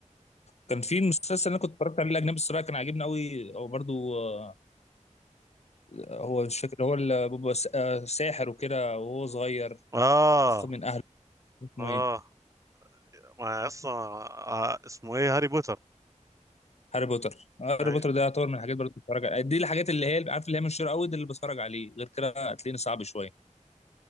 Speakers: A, on the left (about 55°); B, on the right (about 25°).
A: كان في مسلسل انا كنت اتفرجت عليه الاجنبي الصراحه كان عاجبني قوي او برضو آه، هو مش فاكر هو اللي بيبقى س- آه، ساحر وكده وهو صغير
B: آه
A: او باخد من اهله اسمه
B: آه
A: ايه
B: ما أصلا آه، اسمه إيه هاري بوتر
A: هاري بوتر هاري
B: أي-
A: بوتر ده يعتبر من الحاجات برضه بتفرج عليها دي الحاجات اللي هي عارف اللي هي من الشر قوي دي اللي بتفرج عليه غير كده هتلاقيني صعب شويه